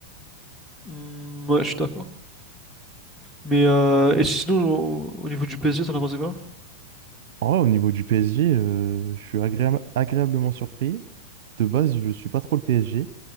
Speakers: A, in the centre; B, on the right (about 55°).
A: Hmm, ouais, je suis d'accord. Mais euh, et sinon, au, au niveau du PSG, t'en as pensé quoi?
B: En vrai, au niveau du PSG, euh, je suis agréa- agréablement surpris. De base, je suis pas trop le PSG,